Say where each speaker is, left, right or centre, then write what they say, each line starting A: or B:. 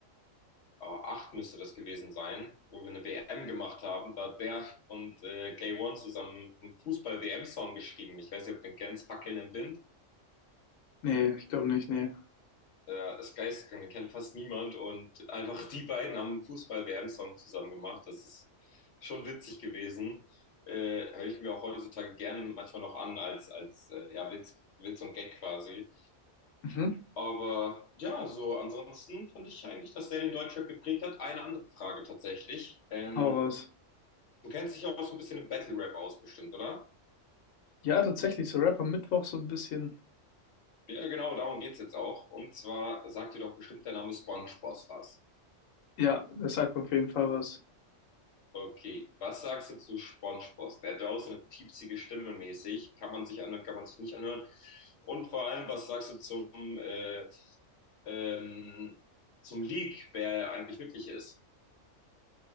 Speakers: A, on the left (about 60°); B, on the left (about 85°).
A: Oh, acht müsste das gewesen sein, wo wir eine WM gemacht haben. Da hat der und äh, K1 zusammen einen Fußball-WM-Song geschrieben. Ich weiß nicht, ob du den kennst, Fackeln im Wind.
B: Nee, ich glaube nicht, nee.
A: Ja, das geisteskrank, den kennt fast niemand. Und einfach die beiden haben einen Fußball-WM-Song zusammen gemacht. Das ist schon witzig gewesen. Äh, höre ich mir auch heutzutage gerne manchmal noch an, als, als äh, ja, Witz, Witz und Gag quasi.
B: Mhm.
A: Aber ja, so ansonsten fand ich eigentlich, dass der den Deutschrap geprägt hat. Eine andere Frage tatsächlich. Ähm,
B: Hau raus.
A: du kennst dich ja auch so ein bisschen im Battle-Rap aus, bestimmt, oder?
B: Ja, tatsächlich, so Rap am Mittwoch so ein bisschen.
A: Ja, genau, darum geht's jetzt auch. Und zwar sagt dir doch bestimmt der Name SpongeBob was.
B: Ja, das sagt mir auf jeden Fall was.
A: Okay, was sagst du zu SpongeBob? Der hat ja auch so eine piepsige Stimme mäßig. Kann man sich anhören, kann man sich nicht anhören. Und vor allem, was sagst du zum, äh, ähm, zum Leak, wer er eigentlich wirklich ist?